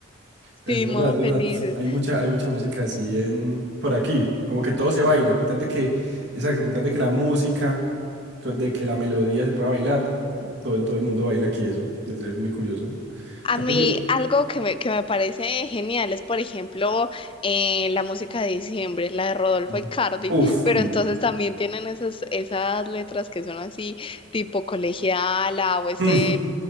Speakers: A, on the right; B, on the left.
A: Es
B: Sí,
A: verdad,
B: modo
A: es verdad.
B: felices.
A: Hay mucha, hay mucha música así en por aquí. Como que todo se baila, con tal de que, exacto, con tal de que la música, con- de que la melodía se pueda bailar, todo, el- todo el mundo baila aquí eso. Es, es muy curioso. En
B: A
A: Cambio
B: mí
A: yo.
B: algo que me, que me parece genial es, por ejemplo, eh, la música de diciembre, la de Rodolfo
A: Ujú.
B: Icardi,
A: Uf.
B: pero
A: mm,
B: entonces también tienen esas, esas letras que son así, tipo colegiala o este,
A: mm,